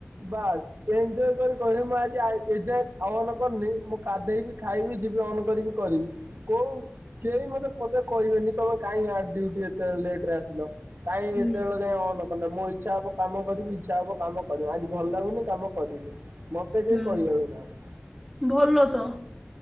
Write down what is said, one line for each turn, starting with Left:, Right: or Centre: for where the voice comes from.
Right: ବାସ୍। ଏଞ୍ଜୟ କରି କହିଲି ମୁଁ ଆଜି ଏଞ୍ଜାଏ ଅନ୍ କରିନି ମୁଁ କାଧେଇବି ଖାଇବି ଯିବି ଅନ୍ କରିବି। କରିବି କୋଉ କେହି ମତେ ପଦେ କହିବେନି ତମେ କାହିଁକି ଆ ଡୁଟି ଏତେ ଲେଟରେ ଆସିଲ। କାଇଁ
Centre: ହୁଁ
Right: ଏତେବେଳ ଯାଏଁ ଅନ୍ ମୋ ଇଛା ହବ କାମ କରିବି ଇଛା ହବ କାମ କରିବି ଆଜି ଭଲ ଲାଗୁନି କାମ କରିବି। ମତେ କେହି
Centre: ହୁଁ
Right: କହିିବାକୁ ନାହାନ୍ତି।
Centre: ଭଲ ତ।